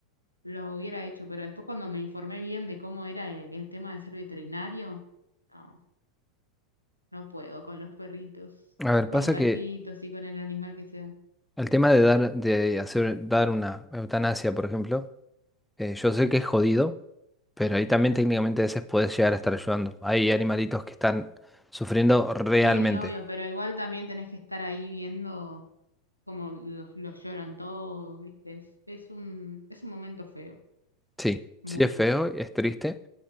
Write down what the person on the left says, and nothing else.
lo hubiera hecho, pero después cuando me informé bien de cómo era el, el tema de ser veterinario, no, no puedo con los perritos,
con
los gatitos
y con el animal que sea.
Sí, obvio, pero igual también tenés que estar ahí viendo cómo los, los lloran todos, ¿viste? Es, es un, es un momento feo,
muy
feo.